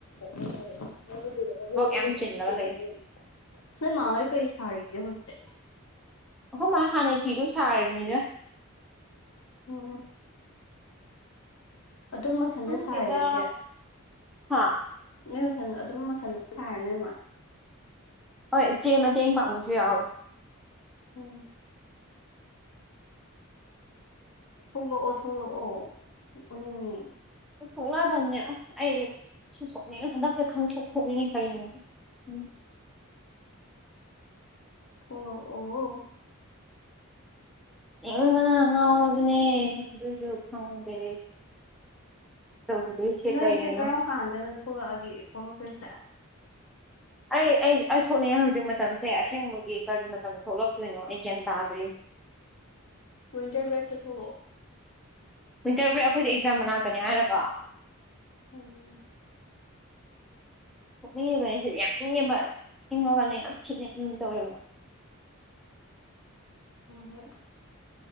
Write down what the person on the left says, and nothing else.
<unintelligible>
ꯅꯣꯏ ꯃꯥ ꯍꯣꯌ ꯀꯔꯤ ꯁꯔꯤꯒꯦ ꯌꯥꯍꯨꯟ ꯇꯦ
ꯎꯝ ꯑꯗꯨꯝ ꯃꯊꯟꯇ
ꯁꯥꯔꯦ ꯑꯗꯨꯗꯤ
ꯅꯣꯏ ꯃꯊꯟ ꯑꯗꯨꯝ ꯃꯊꯟ ꯁꯥꯔ ꯅꯣꯏ ꯏꯃ
ꯎꯝ ꯄꯨꯡꯂꯣ ꯑꯣꯊꯣꯡꯂꯛꯑꯣ ꯎꯅꯤꯡꯉꯦ
ꯑꯣ ꯑꯣ
ꯅꯣꯏꯁꯦ
ꯀꯔꯝ ꯀꯥꯟꯗꯅꯣ ꯊꯣꯛꯂꯛꯑꯗꯤ ꯊꯣꯛꯂꯛꯇꯣꯏꯁꯦ
ꯋꯤꯟꯇꯔ ꯕꯦꯛ ꯇꯥ ꯊꯣꯛꯂꯛ ꯑꯣ
ꯎꯝ
ꯍꯣꯏ